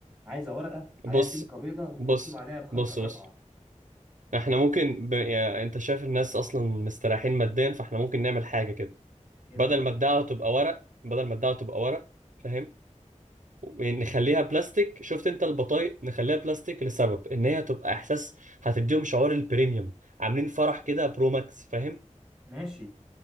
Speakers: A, in the centre; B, on the right.
A: عايزة ورقة عليها
B: بص
A: فيونكة بيضة ومكتوب
B: بص
A: عليها بخط
B: بص
A: الرقعة
B: بص احنا ممكن ب... يعني انت شايف الناس اصلا مستريحين ماديا فاحنا ممكن نعمل حاجة كده
A: ايه
B: بدل
A: بقى
B: ما الدعوة تبقى ورق بدل ما الدعوة تبقى ورق فاهم ونخليها بلاستيك شفت انت البطايق نخليها بلاستيك لسبب ان هي تبقى احساس هتديهم شعور البريميوم عاملين فرح كده برو ماكس فاهم
A: ماشي